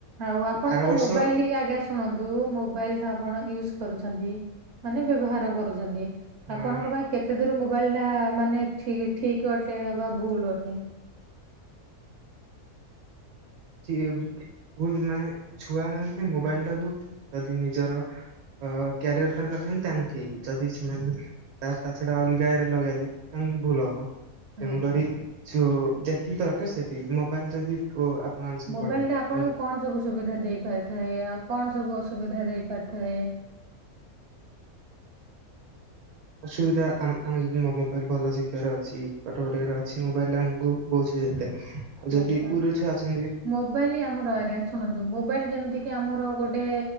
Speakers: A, on the right; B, on the right.
A: ଆଉ ଆପଣ
B: ଆର
A: ତ
B: ବର୍ଷ
A: ମୋବାଇଲ ଆଜ୍ଞା ଶୁଣନ୍ତୁ ମୋବାଇଲ ଆପଣ ୟୁଜ କରୁଛନ୍ତି ମାନେ ବ୍ୟବହାର କରୁଛନ୍ତି।
B: ହଁ
A: ଆପଣଙ୍କ ପାଇଁ କେତେ ଦୂର ମୋବାଇଲ ଟା ମାନେ ଠିକ ଅଟେ ବା ଭୁଲ ଅଟେ?
B: ହଁ। ଭଲ ମାନେ ଛୁଆ ମାନେ ମୋବାଇଲ ଟାକୁୁ ଯଦି ନିଜର ଅ କ୍ୟାରିୟର ପାଇଁ ରଗେଇନି ତାହେଲେ ଠିକ ଯଦି ସେମାନେ ତା ଛଡା ଅଲଗା ରେ ଲଗେଇଲେ ତାହେଲେ ଭୁଲ ହବ। ତେଣୁକରି
A: ଆଜ୍ଞା
B: ଛୁ ଯେତିକି ଦରକାର ସେତିକି ମୋବାଇଲ ଯଦି ଆପଣ ଆଣିଛନ୍ତି
A: ମୋବାଇଲ
B: ପଢିବାକୁ
A: ରେ ଆପଣଙ୍କୁ କଣ ସବୁ ସୁବିଧା ଦେଇପାରିଥାଏ ଆଉ କଣ ସବୁ ଅସୁବିଧା ଦେଇପାରିଥାଏ?
B: ଅସୁବିଧା ଆମେ ଯଦି ମୋବାଇଲ ଭଲ ଶିଖିବାର ଅଛି ପାଠ ପଢିବାର ଅଛି ମୋବାଇଲ ରେ ଆମକୁ ବହୁତ <unintelligible> ଆଉ ଯଦି
A: ଆଚ୍ଛା
B: ଗୁରେ ଛୁଆ ଅଛ
A: ମୋବାଇଲ ଆମର ଆଜ୍ଞା ଶୁଣନ୍ତୁ ମୋବାଇଲ ଯେମିତି କି ଆମର ଗୋଟେ